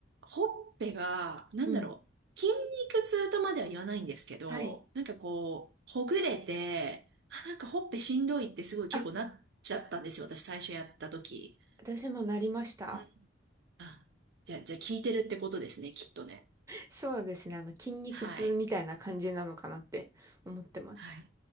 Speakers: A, on the right; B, on the right.
A: ほっぺが、なんだろう、
B: うん、
A: 筋肉痛とまでは言わないんですけど、
B: はい。
A: なんかこう、ほぐれて、あ、なんかほっぺしんどいってすごい結構なっちゃったんですよ、
B: あ、
A: 私最初やった時。
B: 私もなりました。
A: うん。あ、じゃあ、じゃあ聞いてるってことですね、きっとね。
B: そうですね、あの筋肉痛みたいな感じなのかなって思ってます。
A: はい。はい。